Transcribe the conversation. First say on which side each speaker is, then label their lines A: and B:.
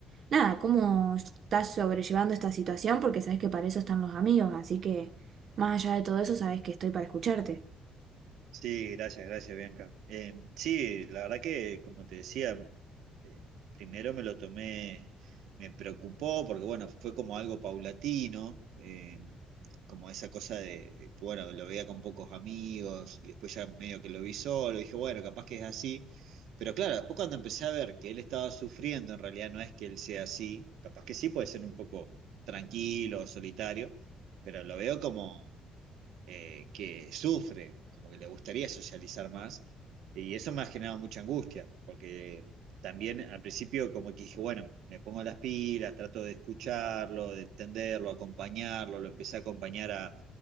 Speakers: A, on the right; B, on the right.
A: nada, cómo estás sobrellevando esta situación, porque sabés que para eso están los amigos, así que más allá de todo eso, sabés que estoy para escucharte.
B: Sí, gracias, gracias, Bianca. Eh, sí, la verdad que, como te decía, eh, primero me lo tomé, me preocupó porque, bueno, fue como algo paulatino, eh, como esa cosa de, que, bueno, lo veía con pocos amigos y después ya medio que lo vi solo, dije, bueno, capaz que es así. Pero claro, después cuando empecé a ver que él estaba sufriendo, en realidad no es que él sea así, capaz que sí puede ser un poco tranquilo, solitario, pero lo veo como eh, que sufre, como que le gustaría socializar más, y eso me ha generado mucha angustia, porque también al principio como que dije, bueno, me pongo las pilas, trato de escucharlo, de entenderlo, acompañarlo, lo empecé a acompañar a,